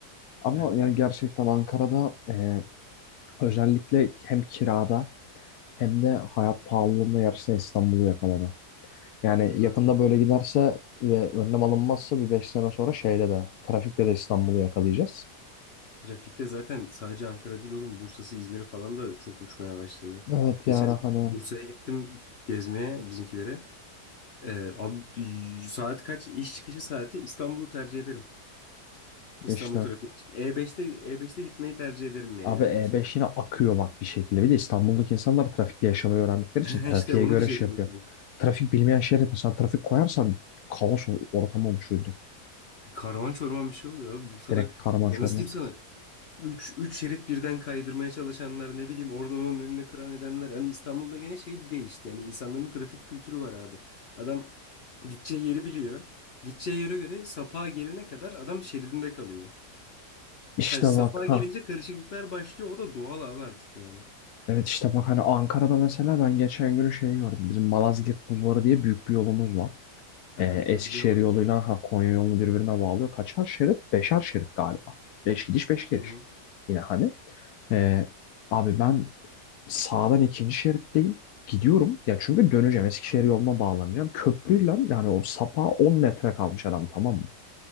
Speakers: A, on the left; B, on the left.
A: Ama
B: Evet,
A: yani gerçekten Ankara'da e, özellikle hem kirada hem de hayat pahalılığında yarışta İstanbul'u yakaladı. Yani
B: doğru.
A: yakında böyle giderse ve önlem alınmazsa bir 5 sene sonra şeyde de trafikte de İstanbul'u yakalayacağız.
B: Trafikte zaten sadece Ankara değil oğlum, Bursa'sı, İzmir'i falan da çok uçmaya başladı.
A: Evet
B: Geçen
A: yani hani
B: Bursa'ya gittim gezmeye bizimkilere. Ee, abi saat kaç? İş çıkışı saati İstanbul'u tercih ederim. İstanbul
A: işte
B: trafiği için. E5'te E5'te gitmeyi tercih ederim yani
A: abi E5
B: Bursa'ya.
A: yine akıyor bak bir şekilde. Bir de İstanbul'daki insanlar trafikte yaşamayı öğrendikleri için
B: <laughs>
A: trafiğe
B: İşte onu
A: göre
B: diyecektim.
A: şey yapıyor. Trafik bilmeyen şehre de sen trafik koyarsan kaos ol- ortamı oluşuyor direkt.
B: Karman çorman bir şey oluyor abi Bursa'da.
A: Direkt karman
B: Ya
A: çorman.
B: nasıl diyeyim sana? Üç, üç şerit birden kaydırmaya çalışanlar ne bileyim oradan onun önüne kıran edenler. Hani İstanbul'da gene şey değişti. Yani insanların trafik kültürü var abi. Adam gideceği yeri biliyor. Gideceği yere göre sapağa gelene kadar adam şeridinde kalıyor.
A: İşte
B: Ha, sapağa
A: bak
B: gelince
A: ha.
B: karışıklıklar başlıyor. O da doğal abi artık yani.
A: Evet işte bak hani Ankara'da mesela ben geçen gün şey gördüm. Bizim Malazgirt Bulvarı diye büyük bir yolumuz var.
B: Aha,
A: Ee, Eskişehir
B: ha, biliyorum orayı.
A: yoluyla ha, Konya yolunu birbirine bağlıyor. Kaçar şerit? Beşer şerit galiba. Beş gidiş beş geliş.
B: Hı hı.
A: Yine hani. Ee, abi ben sağdan ikinci şeritteyim. Gidiyorum. Ya çünkü döneceğim. Eskişehir yoluna bağlanacağım. Köprüyle yani o sapa 10 metre kalmış adam tamam mı?